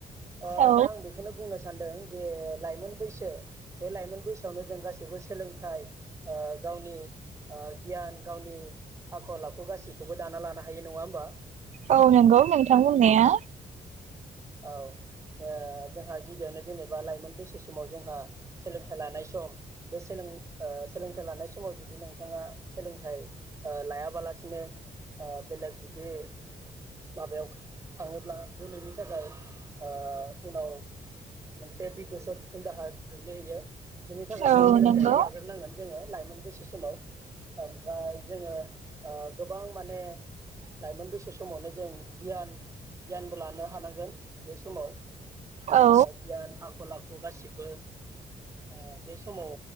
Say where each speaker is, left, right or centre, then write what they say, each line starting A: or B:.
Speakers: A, on the right (about 20°); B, on the right (about 50°).
A: ओ
B: औ
A: दा आं बेखौनो बुंनो सान सानदों जे लाइमोन बैसो बे लाइमोन बैसोआवनो जों गासैबो सोलोंथाइ ओ गावनि ओ गियान गावनि आखल आखु गासैखौबो दाना लानो हायो नङा होमबा
B: औ नंगौ नोंथां बुंनाया
A: औ ओ जोंहा गिबियावनो जेनेबा लाइमोन बैसो समाव जोंहा सोलोंथाइ लानाय सम बे सोलों ओ सोलोंथाइ लानाय समाव जुदि नोंथाङा सोलोंथाइ ओ लाया बालासिनो ओ बेलेग जुदि माबायाव थाङोब्ला बे नोंनि थाखाय ओ उनाव मोनसे बिबसत उन दाहा गोग्लैहैयो बिनि थाखाय
B: औ
A: जों सोलोंथाइखौ
B: नंगौ
A: लाग्रोनांगोन जोङो लाइमोन बैसो थि समाव ओमफ्राय जोङो ओ गोबां माने लाइमोन बैसो समावनो जों गियान गियानबो लानो हानांगोन बे समाव ओ
B: औ
A: गियान आखल आखु खौ गासिबो ओ बे समाव